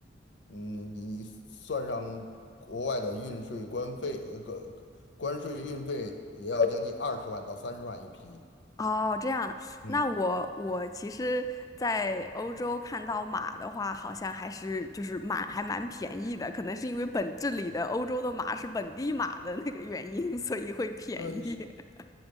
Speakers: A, on the left; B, on the left.
A: 嗯，你你算上国外的运税、关费，呃，个关税、运费，也要将近二十万到三十万一匹。
B: 哦，这样。
A: 嗯，
B: 那我我其实，在欧洲看到马的话，好像还是就是蛮还蛮便宜的，可能是因为本这里的欧洲的马是本地马的那个原因，所以会便宜。
A: 呃，
B: <laughs>